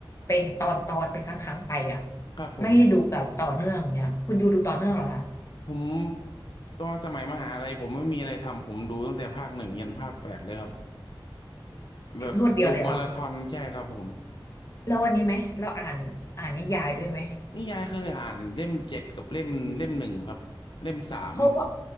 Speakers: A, on the left; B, on the left.
A: เป็นตอนตอนเป็นครั้งครั้งไปอ่ะ
B: ครับผม
A: ไม่ได้ดูแบบต่อเนื่องเนี่ยคุณยูดูต่อเนื่องเหรอคะ
B: ผมตอนสมัยมหาลัยผมไม่มีอะไรทำผมดูตั้งแต่ภาคหนึ่งยันภาคแปดเลยครับแบบดูมาราธอนใช่ครับผม
A: รวดเดียวเลยเหรอแล้ววันนี้ไหมเราอ่านอ่านนิยายด้วยไหม
B: นิยายเคยอ่านเล่มเจ็ดกับเล่มเล่มหนึ่งครับเล่มสาม
A: เพราะว่า